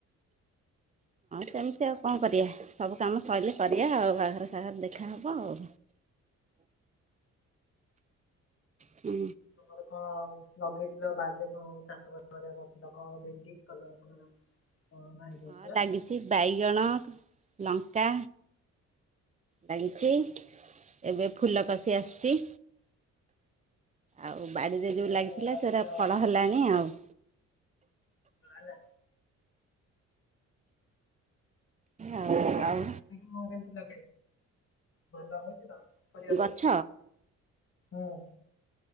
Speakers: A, on the right; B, on the left.
A: ସେମିତି ଆଉ କଣ କରିବା ସବୁ କାମ ସରିଲେ କରିବା ଆଉ ବାଘର ସାଘର ଦେଖାହେବ ଆଉ। ହୁଁ
B: ଆମର କଣ ଲଗେଇଥିଲ ବାରିରେ କଣ ଚାଷ ବାସ କରିବା କରିଥିଲା କଣ ଭେଣ୍ଡି କଲରା ଫଲରା? ହଁ ଭାଇ। କହୁଥିଲା
A: ହଁ ଲାଗିଛି ବାଇଗଣ ଲଙ୍କା। ଲାଗିଛି ଏବେ ଫୁଲ କଷି ଆସିଛି। ଆଉ ବାଡ଼ିରେ
B: ଖାଇବା
A: ଯୋଉଁ ଲାଗିଥିଲା
B: ପିଇବା ଲଗେଇଥିଲ
A: ସେଟା ଫଳ
B: ନା କଣ?
A: ହେଲାଣି ଆଉ।
B: ହ ନା।
A: ଆଉ
B: କେତେ
A: ଆଉ
B: କି ମ ଲଗେଇନା ଭଲ ଲ ହଛି ନା <unintelligible>
A: ଗଛ
B: ଆ ହୁଁ।